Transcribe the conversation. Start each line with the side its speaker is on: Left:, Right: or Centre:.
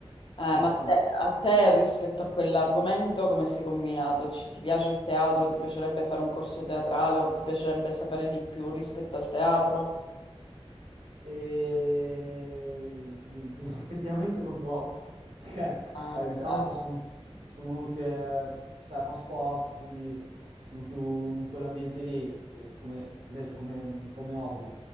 Left: Eh,
Right: Beh,
Left: ma
Right: sì,
Left: te-
Right: sì.
Left: a te rispetto a quell'argomento come sei combinato? Ci- ti piace il teatro? Ti piacerebbe fare un corso teatrale o ti piacerebbe sapere di più rispetto al teatro?
Right: E <laughs> effettivamente non troppo, <laughs> perché
Left: Eh,
Right: eh, diciamo che sono, sono uno che eh, cioè, fa sport, quindi sono più in quell'ambiente lì, come, nel senso, come, come hobby.